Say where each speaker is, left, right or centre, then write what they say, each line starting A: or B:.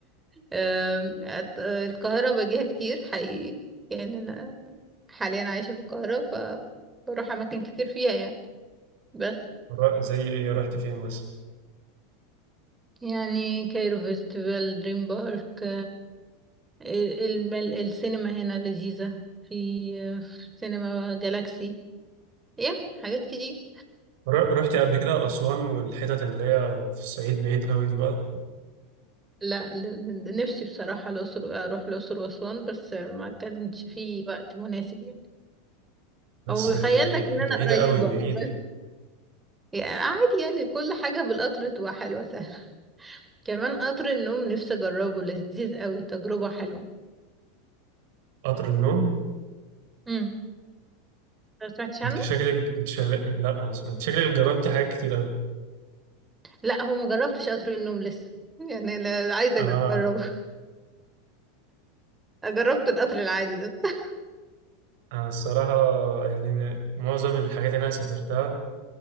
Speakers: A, on the right; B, on the right.
A: أم، أت- القاهرة باجيها كتير حقيقي يعني أنا حاليا عايشة في القاهرة فبروح أماكن كتير فيها يعني بس
B: ر- زي إيه رحت فين مثلا؟
A: يعني كايرو فيستيفال دريم بارك الم- السينما هنا لذيذة في في سينما جالاكسي يعني حاجات كتير
B: ر- رحت قبل كده أسوان والحتت اللي هي في الصعيد بعيد قوي دي بقى
A: لا ل- ل- نفسي بصراحة الأقصر أروح الأقصر وأسوان بس ما كانش في وقت مناسب يعني
B: بس
A: أو بيخيل
B: بع-
A: لك إن
B: بعيدة
A: أنا قريبة
B: قوي بعيدة
A: بس يعني عادي يعني كل حاجة بالقطر تبقى حلوة سهلة كمان قطر النوم نفسي أجربه لذيذ قوي تجربة حلوة
B: قطر النوم
A: امم ما سمعتش
B: انت
A: عنه؟
B: شكلك انت شل... لا أنا اسف، انت شكلك جربتي حاجات كتير قوي
A: لا هو ما جربتش قطر النوم لسه يعني لا عايزة
B: اه
A: أجربه <laughs> جربت القطر العادي ده <laughs>
B: انا الصراحة يعني أنا معظم الحاجات اللي انا سافرتها